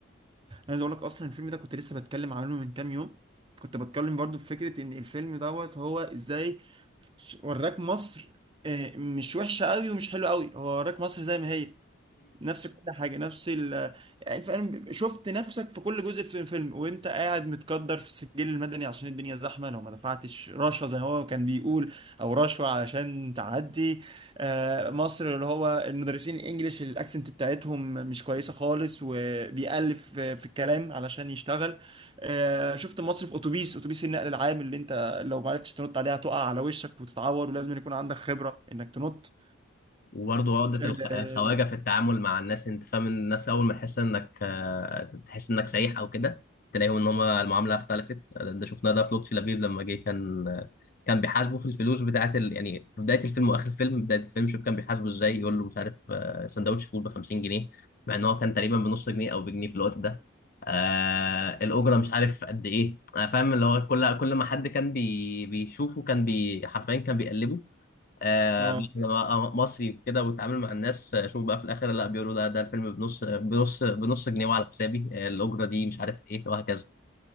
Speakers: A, on the right; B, on the left.
A: عايز اقول لك اصلا الفيلم ده كنت لسه بتكلم عنه من كام يوم كنت بتكلم برضو في فكره ان الفيلم دوت هو ازاي ش- وراك مصر آه، مش وحشه قوي ومش حلوه قوي هو وراك مصر زي ما هي نفس كل حاجه نفس ال يعني فعلا شفت نفسك في كل جزء في الفيلم وانت قاعد متقدر في السجل المدني عشان الدنيا زحمه لو ما دفعتش رشوه زي ما هو كان بيقول او رشوه علشان تعدي آه، مصر اللي هو المدرسين الانجليش الاكسنت بتاعتهم مش كويسه خالص وبيألف في في الكلام علشان يشتغل آه، شفت مصر في اتوبيس اتوبيس النقل العام اللي انت لو ما عرفتش تنط عليها تقع على وشك وتتعور ولازم يكون عندك خبره انك تنط
B: وبرضه عقدة
A: اه
B: الخ- الخواجة في التعامل مع الناس انت فاهم إن الناس اول ما تحس انك آه، تحس انك سايح او كده تلاقيهم ان هم المعاملة اختلفت آه، ده شفناه ده في لطفي لبيب لما جه كان كان بيحاسبه في الفلوس بتاعت ال... يعني في بداية الفيلم واخر الفيلم بداية الفيلم شوف كان بيحاسبه ازاي يقول له مش عارف آه، سندوتش فول ب 50 جنيه مع ان هو كان تقريبا بنص جنيه او بجنيه في الوقت ده آه الاجره مش عارف قد ايه آه فاهم اللي هو كل كل ما حد كان بي... بيشوفه كان بي حرفيا كان بيقلبه آه
A: آه.
B: بقى أنا مصري وكده واتعامل مع الناس آه، شوف بقى في الاخر لا بيقولوا لا ده الفيلم بنص بنص بنص جنيه وعلى حسابي آه، الاجره دي مش عارف ايه وهكذا